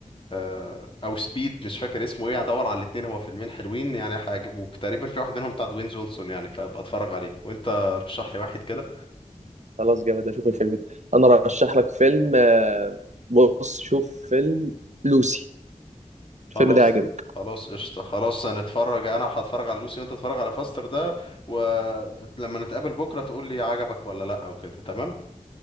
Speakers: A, on the left (about 40°); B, on the right (about 60°).
A: آه، او سبيد مش فاكر اسمه ايه هدور على الاتنين هو فيلمين حلوين يعني هيعجبوك تقريبا في واحد منهم بتاع دوين جونسون يعني فابقى اتفرج عليه وانت رشح لي واحد كده
B: خلاص جامد اشوف الفيلم ده انا رشح لك فيلم آه بص شوف فيلم لوسي الفيلم
A: خلاص
B: ده يعجبك
A: خلاص قشطة خلاص هنتفرج انا هتفرج على لوسي وانت تتفرج على فاستر ده ولما نتقابل بكرة تقول لي عجبك ولا لا او كده تمام